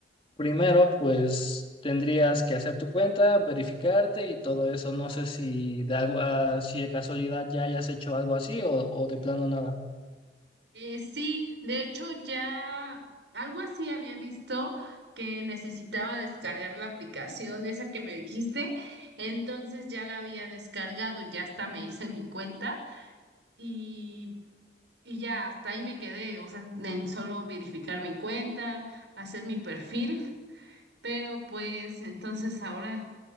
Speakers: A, on the left; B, on the right.
A: primero, pues tendrías que hacer tu cuenta, verificarte y todo eso. No sé si de algo, ah, si de casualidad ya hayas hecho algo así o, o de plano nada.
B: Eh, sí, de hecho ya algo así había visto que necesitaba descargar la aplicación esa que me dijiste, entonces ya la había descargado, ya hasta me hice mi cuenta y, y ya hasta ahí me quedé, o sea, en solo verificar mi cuenta, hacer mi perfil. Pero pues entonces ahora,